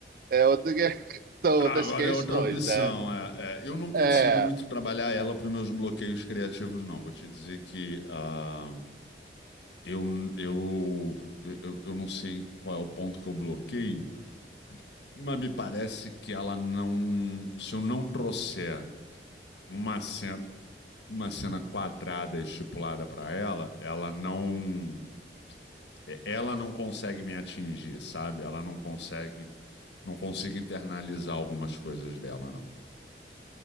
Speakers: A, on the right (about 50°); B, on the left (about 80°).
A: é outra, que- <laughs> são
B: Agora
A: outras questões,
B: é outra opção.
A: né?
B: é, é, eu não consigo
A: É.
B: muito trabalhar ela para os meus bloqueios criativos, não. Vou te dizer que ah, eu, eu, eu, eu não sei qual é o ponto que eu bloqueio, mas me parece que ela não. Se eu não trouxer uma cena. uma cena quadrada estipulada pra ela, ela não é, ela não consegue me atingir, sabe? Ela não consegue, não consigo internalizar algumas coisas dela, não.